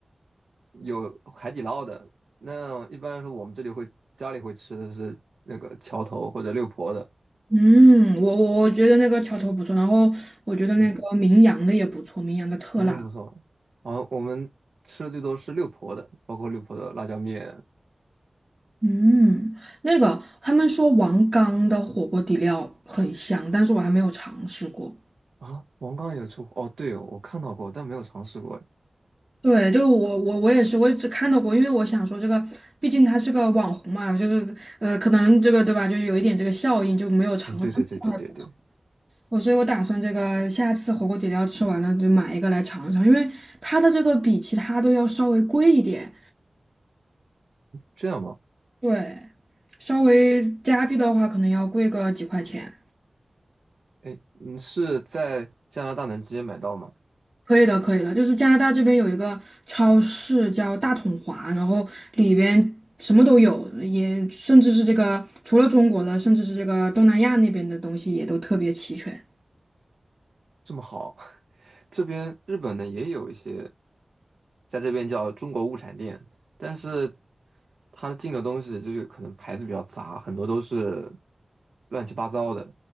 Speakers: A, on the right; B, on the right.
A: 有海底捞的。那一般来说我们这里会家里会吃的是那个桥头或者六婆的，
B: 嗯，我我我觉得那个桥头不错，然后我觉得那个名扬的也不错，
A: 嗯，
B: 名扬的特辣。
A: 那边不错。然后我们吃的最多是六婆的，包括六婆的辣椒面
B: 嗯，那个他们说王刚的火锅底料很香，但是我还没有尝试过。
A: 啊。王刚也出哦，对哦，我看到过，但没有尝试过。
B: 对，就我我我也是，我也只看到过，因为我想说这个，毕竟他是个网红嘛，就是呃，可能这个对吧，就有一点这个效应，就没有尝过。
A: 嗯，对对对对对对，
B: 他们说还不错。我所以，我打算这个下次火锅底料吃完了就买一个来尝尝，因为它的这个比其他都要稍微贵一点，
A: 这样吗？
B: 对，稍微加币的话可能要贵个几块钱。
A: 哎，你是在加拿大能直接买到吗？
B: 可以的，可以的，就是加拿大这边有一个超市叫大统华，然后里边什么都有，也甚至是这个除了中国的，甚至是这个东南亚那边的东西也都特别齐全。
A: 这么好。这边日本呢也有一些，在这边叫中国物产店，但是它进的东西就是可能牌子比较杂，很多都是乱七八糟的，